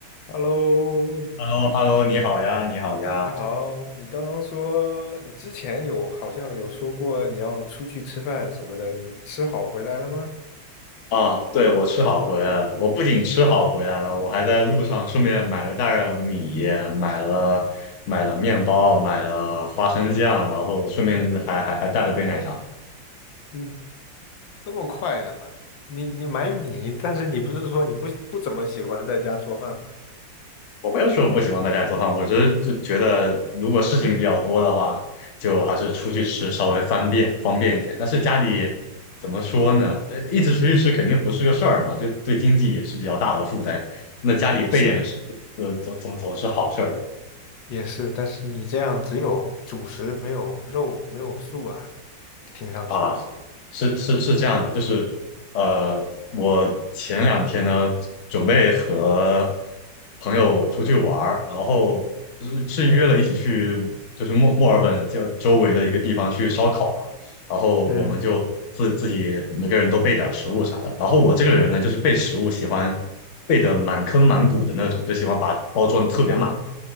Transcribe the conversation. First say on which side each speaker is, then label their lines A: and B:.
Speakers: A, on the left; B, on the left.
A: Hello，
B: h e l l o h e l l o 你好呀，你好呀！
A: 你好，你刚刚说你之前有好像有说过你要出去吃饭什么的，你吃好回来了吗？
B: 啊，对，我吃好回来了。我不仅吃好回来了，我还在路上顺便买了袋儿米，买了买了面包，买了花生酱，然后顺便还还还带了杯奶茶。
A: 你这么快的吗？你你买米，但是你不是说你不不怎么喜欢在家做饭吗？
B: 我没有说不喜欢在家做饭，我只是就觉得如果事情比较多的话，就还是出去吃稍微方便方便一点。但是家里怎么说呢？呃一直出去吃肯定不是个事儿嘛，就对经济也是比较大的负担。那家里备点食，
A: 也是
B: 呃，总总总是好事儿。
A: 也是，但是你这样只有主食没有肉没有素啊，听上去，
B: 啊，是是是这样的，就是，呃，我前两天呢，准备和朋友出去玩儿，然后是是约了一起去，就是墨墨尔本叫周围的一个地方去烧烤嘛，然后我们就自自己每个人都备点儿食物啥的，
A: 嗯，
B: 然后我这个人呢，就是备食物喜欢备的满坑满谷的那种，就喜欢把包装得特别满，
A: 混，